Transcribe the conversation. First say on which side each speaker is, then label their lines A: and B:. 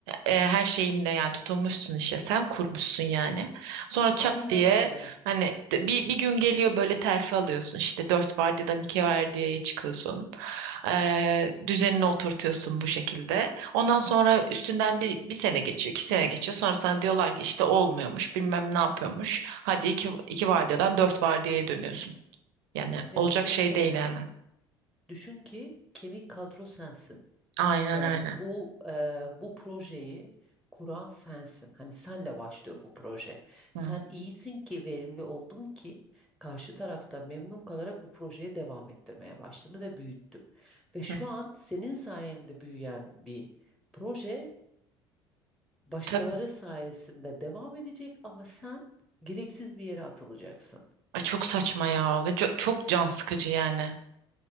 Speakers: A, on the right (about 65°); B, in the centre.
A: e, her şeyinle yani tutulmuşsun işe. Sen kurmuşsun yani. Sonra çat
B: Aynen
A: diye
B: öyle.
A: hani de- bir, bir gün geliyor böyle terfi alıyorsun. İşte dört vardiyadan iki vardiyaya çıkıyorsun. Ee, düzenini oturtuyorsun bu şekilde. Ondan sonra üstünden bir, bir sene geçiyor, iki sene geçiyor. Sonra sana diyorlar ki işte olmuyormuş, bilmem ne yapıyormuş. Hadi iki, iki vardiyadan dört vardiyaya dönüyorsun. Yani
B: Ya
A: olacak
B: şunu
A: şey
B: söyleyeyim.
A: değil yani.
B: Düşün ki kemik kadro sensin.
A: Aynen
B: Yani
A: öyle.
B: bu e, bu projeyi kuran sensin. Hani senle başlıyor bu proje. Sen
A: Hı,
B: iyisin ki verimli oldun ki karşı tarafta memnun kalarak bu projeyi devam ettirmeye başladı ve büyüttü. Ve şu
A: hı.
B: an senin sayende büyüyen bir proje başkaları
A: Tabii.
B: sayesinde devam edecek ama sen gereksiz bir yere atılacaksın.
A: Ay çok saçma ya ve co- çok can sıkıcı yani.